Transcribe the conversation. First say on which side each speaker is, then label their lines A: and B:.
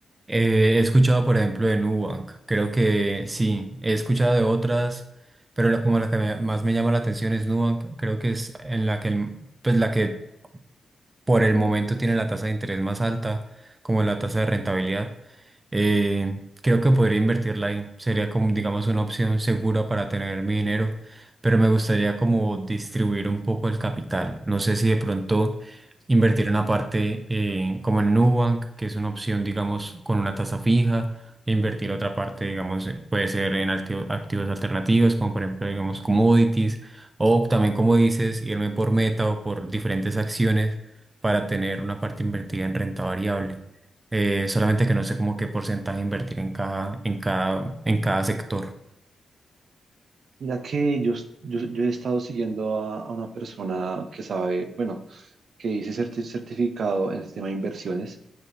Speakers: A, on the right; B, on the right.
A: Eh, he escuchado, por ejemplo, de Nubank, creo que sí, he escuchado de otras, pero la- como la que me- más me llama la atención es Nubank, creo que es en la que, el- pues la que por el momento tiene la tasa de interés más alta, como la tasa de rentabilidad. Eh, creo que podría invertirla ahí. Sería como, digamos, una opción segura para tener mi dinero, pero me gustaría como distribuir un poco el capital. No sé si de pronto invertir una parte eh, como en Nubank, que es una opción, digamos, con una tasa fija. e Invertir otra parte, digamos, eh, puede ser en activo- activos alternativos, como por ejemplo, digamos, commodities, o también, como dices, irme por meta o por diferentes acciones para tener una parte invertida en renta variable. Eh, solamente que no sé como qué porcentaje invertir en cada, en cada, en cada sector
B: Mira que yo, yo, yo he estado siguiendo a, a una persona que sabe, bueno, que dice certi- certificado en el sistema de inversiones.